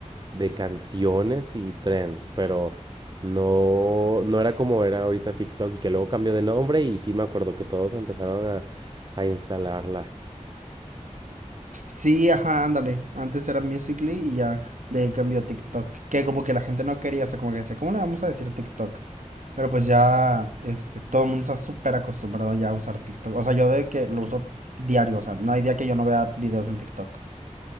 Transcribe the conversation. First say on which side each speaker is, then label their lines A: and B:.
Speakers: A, on the right; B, on the right.
A: de canciones y trends, pero no, no era como era ahorita TikTok y que luego cambió de nombre y sí me acuerdo que todos empezaron a, a instalarla.
B: Sí, ajá, ándale. Antes era Musical.ly y ya de ahí cambió a TikTok, que como que la gente no quería, o sea, como que decía, ¿cómo le vamos a decir TikTok? Pero pues ya, este, todo el mundo está súper acostumbrado ya a usar TikTok. O sea, yo de que lo uso diario, o sea, no hay día que yo no vea videos en TikTok.